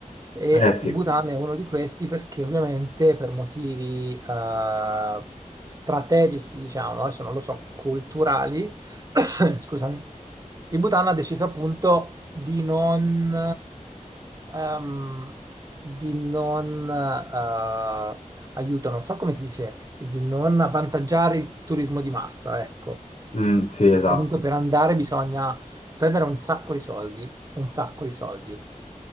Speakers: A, on the right; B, on the left.
A: E
B: Eh sì,
A: il Bhutan è uno di questi perché ovviamente per motivi eh, strategici, diciamo, adesso non lo so, culturali, <coughs> Scusami, il Bhutan ha deciso appunto di non, ehm, di non eh, aiuto, non so come si dice, di non avvantaggiare il turismo di massa, ecco.
B: Mm, sì, esatto.
A: E dunque per andare bisogna spendere un sacco di soldi, un sacco di soldi.